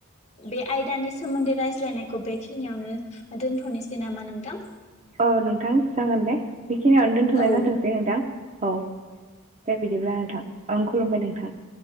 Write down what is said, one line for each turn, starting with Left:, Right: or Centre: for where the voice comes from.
Left: बे आयदानि सोमोन्दै रायज्लायनायखौ बेखिनियावनो दोनथ'नोसै नामा नोंथां?
Right: औ नोंथां जागोन दे । बेखिनियावनो दोनथ'नाय
Left: औ
Right: जाथोंसै नोंथां । औ दे बिदिब्ला नोंथां ओं खुलुमबाय नोंथां ।